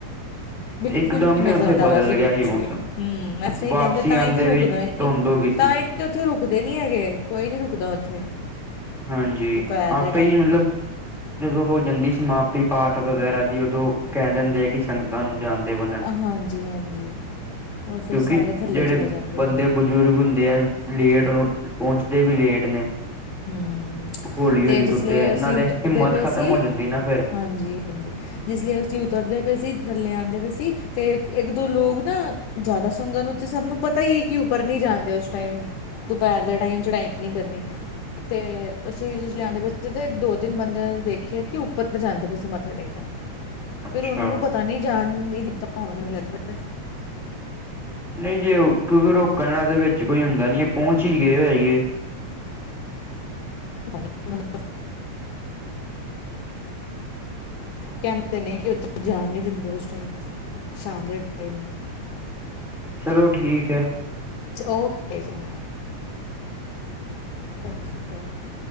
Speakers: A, on the left (about 85°); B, in the centre.
A: ਬਿਲਕੁਲ
B: ਇਕਦਮ
A: ਹੀ ਨਈ
B: ਉੱਥੇ
A: ਨਜ਼ਰ ਆਉਂਦਾ
B: ਬਦਲ
A: ਵੈਸੇ
B: ਗਿਆ
A: ਕੁਛ
B: ਸੀ ਮੌਸਮ
A: ਵੀ ਹਮ ਵੈਸੇ
B: ਵਾਪਸੀ
A: ਕਹਿੰਦੇ
B: ਆਉਂਦੇ
A: ਤਾਂ ਹੀ ਤੇ ਰੁਕਦਾ
B: ਵੀ
A: ਹੀ
B: ਧੁੰਦ ਹੋ ਗਈ ਸੀ
A: ਤਾਂ। ਤੇ ਉੱਥੇ ਰੁਕਦੇ ਨੀ ਹੈਗੇ ਕੋਈ ਨੀ ਰੁਕਦਾ ਉੱਥੇ।
B: ਹਾਂਜੀ
A: ਦੁਪਹਿਰ
B: ਆਪੇ
A: ਦੇ ਟਾਈਮ
B: ਹੀ ਮਤਲਬ। ਜਦੋਂ ਹੋ ਜਾਂਦੀ ਸਮਾਪਤੀ ਪਾਠ ਵਗੈਰਾ ਦੀ ਉਦੋਂ ਕਹਿ ਦਿੰਦੇ ਆ ਕਿ ਸੰਗਤ। ਨੂੰ ਜਾਣਦੇ ਵਾਲ
A: ਹਾਂਜੀ, ਹਾਂਜੀ ਉਹ ਫਿਰ
B: ਕਿਉਂਕਿ
A: ਸਾਰੇ ਥੱਲੇ
B: ਜਿਹੜੇ
A: ਚਲੇ ਜਾਂਦੇ
B: ਬੰਦੇ
A: ਆ।
B: ਬਜ਼ੁਰਗ ਹੁੰਦੇ ਆ, ਲੇਟ ਉਹ ਪਹੁੰਚਦੇ ਵੀ ਲੇਟ ਨੇ।
A: ਹੂੰ
B: ਹੌਲੀ
A: ਤੇ
B: ਹੌਲੀ
A: ਜਿਸਲੇ
B: ਤੁਰਦੇ ਆ ਨਾਲੇ
A: ਅਸੀਂ ਉਤਰਦੇ
B: ਹਿੰਮਤ
A: ਪਏ
B: ਖਤਮ
A: ਸੀ
B: ਹੋ ਜਾਂਦੀ ਨਾ ਫ਼ੇਰ।
A: ਹਾਂਜੀ ਜਿਸ ਲਈ ਅਸੀਂ ਉਤਰਦੇ ਪਏ ਸੀ ਥੱਲੇ ਆਉਂਦੇ ਪਏ ਸੀ ਤੇ ਇੱਕ ਦੋ ਲੋਕ ਨਾ। ਜ਼ਿਆਦਾ ਸੰਗਤ ਨੂੰ ਤੇ ਸਭ ਨੂੰ ਪਤਾ ਹੀ ਹੈ ਕਿ ਉੱਪਰ ਨਈ ਜਾਂਦੇ ਉਸ ਟਾਈਮ ਦੁਪਹਿਰ ਦਾ ਟਾਈਮ ਚੜਾਈ ਨਹੀਂ ਕਰਨੀ। ਤੇ ਅਸੀਂ ਜਿਸਲੇ ਆਦੇ ਪਏ ਸੀ ਤੇ ਦੋ ਤਿੰਨ ਬੰਦੇ ਵੇਖੇ ਕਿ ਉੱਪਰ ਜਾਂਦੇ ਪਏ ਸੀ ਮੱਥਾ ਟੇਕਣ।
B: ਅੱਛਾ
A: ਫਿਰ ਉਹਨਾ ਨੂੰ ਪਤਾ ਨੀ ਜਾਣ ਨਹੀਂ ਦਿੱਤਾ ਹੋਣਾ ਮੈਨੂੰ ਲੱਗਦਾ।
B: ਨਈ ਜੇ ਉਹ ਕਿਉਂਕਿ ਰੋਕਣ ਵਾਲਾ ਦੇ ਵਿੱਚ ਕੋਈ ਹੁੰਦਾ ਨਹੀਂ। ਪਹੁੰਚ ਹੀ ਗਏ ਹੋਏਗੇ
A: <inaudible> ਕਿਉਂਕਿ ਕਹਿੰਦੇ ਨੇ, ਕਿ ਓਦਰ ਜਾਣ ਨਹੀਂ ਦਿੰਦੇ ਉਸ ਟਾਈਮ ਸ਼ਾਮ ਦੇ ਟਾਈਮ
B: ਚਲੋ ਠੀਕ ਹੈ।
A: ਓਕੇ ਜੀ। ਸਤਿ ਸ਼੍ਰੀ ਅਕਾਲ